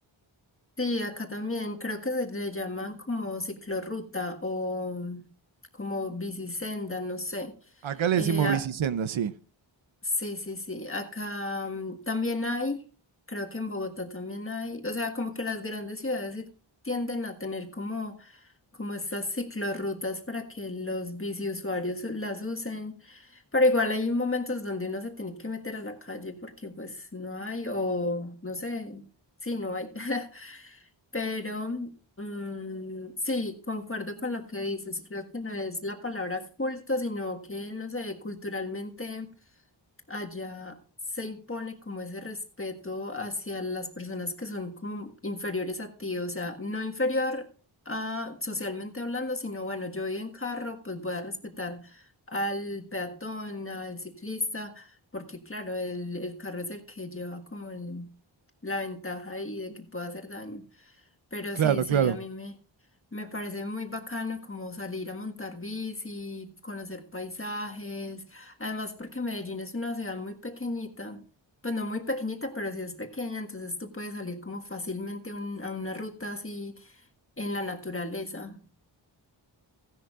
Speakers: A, on the left; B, on the right.
A: Sí, acá también creo que se le llaman como ciclorruta o como bicisenda, no sé.
B: Acá le decimos
A: Eh, a-
B: bicisenda, sí.
A: Sí, sí, sí. Acá mm, también hay, creo que en Bogotá también hay, o sea, como que las grandes ciudades sí tienden a tener como, como estas ciclorrutas para que los biciusuarios las usen, pero igual hay momentos donde uno se tiene que meter a la calle porque pues no hay, o no sé, sí, no hay. <laughs> Pero mm, sí, concuerdo con lo que dices. Creo que no es la palabra culto, sino que, no sé, culturalmente allá se impone como ese respeto hacia las personas que son como inferiores a ti, o sea, no inferior a socialmente hablando, sino bueno, yo voy en carro, pues voy a respetar al peatón, al ciclista, porque claro, el, el carro es el que lleva como el- la ventaja ahí de que pueda hacer daño. Pero
B: Claro,
A: sí, sí,
B: claro.
A: a mí me, me parece muy bacano como salir a montar bici, conocer paisajes. Además, porque Medellín es una ciudad muy pequeñita. Pues no muy pequeñita, pero sí es pequeña, entonces tú puedes salir como fácilmente un- a una ruta así en la naturaleza.